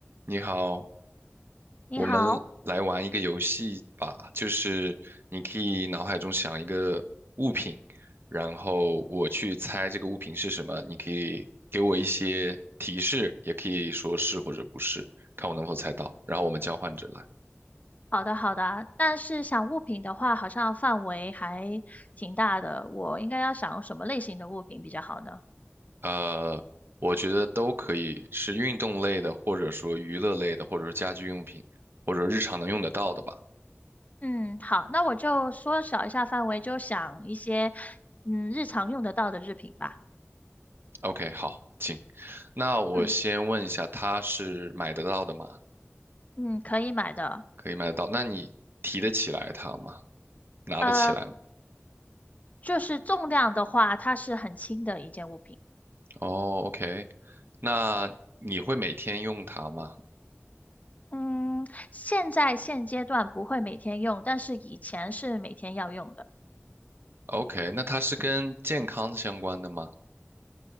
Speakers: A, on the right; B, on the left.
A: 你好，
B: 你好，
A: 我们来玩一个游戏吧，就是你可以脑海中想一个物品，然后我去猜这个物品是什么，你可以给我一些提示，也可以说是或者不是，看我能否猜到，然后我们交换着来。
B: 好的好的，但是想物品的话，好像范围还挺大的，我应该要想什么类型的物品比较好呢？
A: 呃，我觉得都可以，是运动类的，或者说娱乐类的，或者说家居用品，或者日常能用得到的吧。
B: 嗯，好，那我就缩小一下范围，就想一些嗯日常用得到的日品吧。
A: OK，好，请。那我先问一下，
B: 嗯
A: 它是买得到的吗？
B: 嗯，可以买的。
A: 可以买得到。那你提得起来它吗？拿得起来吗？
B: 呃，就是重量的话，它是很轻的一件物品。
A: 哦，OK，那你会每天用它吗
B: 嗯，现在现阶段不会每天用，但是以前是每天要用的。
A: ？OK，那它是跟健康相关的吗？